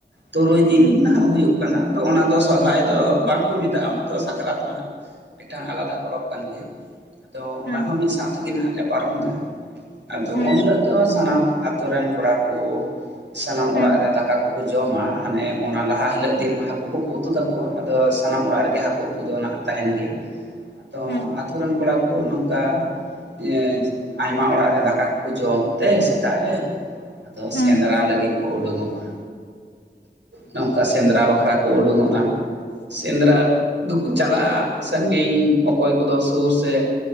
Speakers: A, on the right; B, on the left.
A: ᱛᱩᱨᱩᱭ ᱫᱤᱱ
B: ᱦᱮᱸ
A: ᱱᱟᱦᱟᱜ ᱦᱩᱭᱩᱜ ᱠᱟᱱ ᱟᱫᱚ ᱚᱱᱟ ᱫᱚ ᱥᱚᱨᱦᱟᱭ ᱫᱚ ᱵᱟᱝᱠᱚ ᱢᱮᱛᱟᱜᱼᱟ ᱚᱱᱟ ᱫᱚ ᱥᱟᱠᱨᱟᱛ ᱱᱟᱦᱟᱜ ᱢᱤᱫᱴᱟᱝ ᱟᱞᱟᱫᱟ ᱯᱚᱨᱚᱵᱽ ᱠᱟᱱ ᱜᱮᱭᱟ᱾ ᱟᱫᱚ ᱚᱱᱟᱦᱚᱸ
B: ᱦᱮᱸ
A: ᱢᱤᱫ ᱥᱟᱶ ᱛᱮᱜᱮ ᱱᱟᱦᱟᱜ ᱞᱮ ᱯᱟᱨᱚᱢ ᱫᱟ᱾ ᱟᱫᱚ
B: ᱦᱮᱸ
A: ᱩᱱᱦᱤᱞᱳᱜ ᱫᱚ ᱥᱟᱱᱟᱢ ᱟᱛᱳ ᱨᱮᱱ ᱠᱚᱲᱟ ᱠᱚ ᱥᱟᱱᱟᱢ
B: ᱦᱮᱸ
A: ᱚᱲᱟᱜ ᱨᱮ ᱫᱟᱠᱟ ᱠᱚᱠᱚ ᱡᱚᱢᱟ᱾ ᱦᱟᱱᱮ ᱚᱱᱟ ᱞᱟᱦᱟ ᱦᱤᱞᱟᱹᱜ ᱫᱤᱱ ᱢᱟ ᱦᱟᱹᱠᱩ ᱠᱚᱠᱚ ᱩᱛᱩ ᱠᱟᱠᱚᱣᱟ᱾ ᱟᱫᱚ ᱥᱟᱱᱟᱢ ᱚᱲᱟᱜ ᱨᱮᱜᱮ ᱦᱟᱹᱠᱩ ᱩᱛᱩ ᱫᱚ ᱱᱟᱦᱟᱜ ᱛᱟᱦᱮᱱ ᱜᱮᱭᱟ᱾ ᱟᱫᱚ
B: ᱦᱮᱸ
A: ᱟᱹᱛᱩ ᱨᱮᱱ ᱠᱚᱲᱟ ᱠᱚ ᱱᱚᱝᱠᱟ <unintelligible> ᱟᱭᱢᱟ ᱚᱲᱟᱜ ᱨᱮ ᱫᱟᱠᱟ ᱠᱚᱠᱚ ᱡᱚᱢ ᱛᱮ ᱥᱮᱛᱟᱜ ᱨᱮ ᱟᱫᱚ
B: ᱦᱩᱸ
A: ᱥᱮᱸᱫᱽᱨᱟ ᱞᱟᱹᱜᱤᱫ ᱠᱚ ᱩᱰᱩᱝᱚᱜᱼᱟ ᱱᱚᱝᱠᱟ ᱥᱮᱸᱫᱽᱨᱟ ᱵᱟᱠᱷᱨᱟ ᱠᱚ ᱩᱰᱩᱝᱚᱜᱼᱟ᱾ ᱥᱮᱸᱫᱽᱨᱟ ᱫᱩᱠᱩ ᱪᱟᱞᱟᱜᱼᱟ ᱥᱟᱺᱜᱤᱧ ᱚᱠᱚᱭ ᱠᱚᱫᱚ ᱥᱩᱨ ᱥᱮᱫ᱾